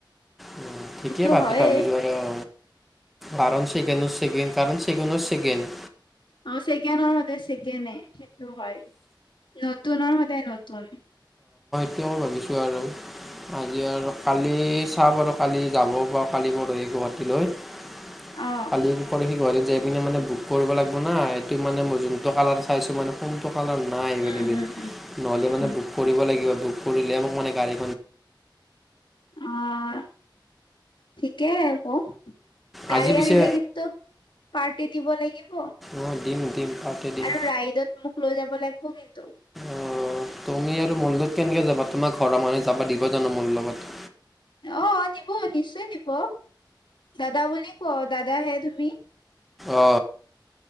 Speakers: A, in the centre; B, on the left.
A: উ ঠিকেই
B: সেইটো
A: ভা
B: হয়ে
A: ভাবিছো আৰু অ কাৰণ চেকেণ্ড হেচ কাৰণ চেকুনৰ চেকেন
B: অ চেকেনৰ সদায় চেকেনে সেইটো হয় নতুনৰ সদায় নতুন
A: এতা মই ভাবিছো আৰু আজি আৰু কালি চাও বাৰু' কালি যাব পাৰো কালি পৰহি গুৱাহাটীলৈ <unintelligible>
B: অ
A: কালি পৰহি গুৱাহাটীত যাই পিনে মানে বুক কৰিব লাগব না সেটো মানে মই যোনটো কালাৰ চাইছো মানে কোনটো কালৰ নাইএভেলেৱেল
B: উম উম উম
A: নহ'লে
B: উম
A: মানে বুক কৰিব লাগিব বুক কৰিলেহে মোক মানে গাড়ী
B: অহ ঠিকে হব গাড়ী
A: আজি পিছে
B: আনিলে কিন্তু পাৰ্টি দিব লাগিব।
A: অ দিম দিম। তাতে দিম
B: আৰু ৰাইডত মোক লৈ যাব লাগব কিন্তু
A: অ তুমি আৰু মোৰ লগত কেনেকে যাবা তোমাৰ ঘৰৰ মানুহে যাবা দিব জানো মোৰ লগত
B: অ দিব নিশ্চয় দিব দাদা বুলি কও দাদাহে তুমি
A: অ